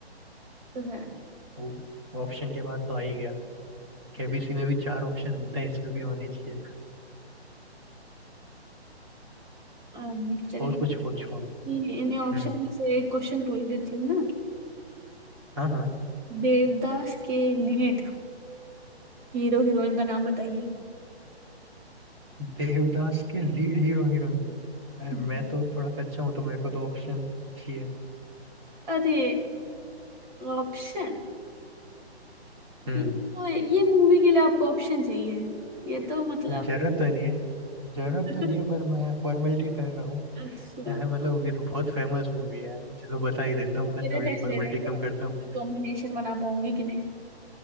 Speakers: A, on the right (about 45°); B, on the right (about 20°).
A: तो है
B: वो ऑप्शन के बाद तो आ ही गया केबीसी में भी चार ऑप्शन होते हैं इसमें भी होने चाहिए
A: अम,
B: और कुछ पूछो
A: चलिए इन्हें ऑप्शन
B: हम्म
A: में से एक क्वेश्चन पूछ देती हूँ ना
B: हाँ हाँ
A: देवदास के लीड हीरो हीरोइन का नाम बताइए
B: देवदास के लीड हीरो हीरोइन अरे
A: हम्म।
B: मैं तो थोड़ा कच्चा हूँ तो मेरे को तो ऑप्शन चाहिए
A: अरे ऑप्शन
B: हम्म
A: ये तो ये मूवी के लिए आपको ऑप्शन चाहिए ये तो मतलब
B: जरूरत तो नहीं है जरूरत
A: <laughs>
B: तो नहीं है पर मैं फॉर्मेलिटी कर रहा
A: अच्छा
B: है मतलब ये तो बहुत फेमस मूवी है चलो बता ही देता हूँ मैं
A: मेरा
B: थोड़ी
A: टेस्ट
B: फॉर्मेलिटी
A: ले रहे हैं
B: कम
A: क्या
B: करता हूँ
A: कॉम्बिनेशन बना पाऊंगी कि नहीं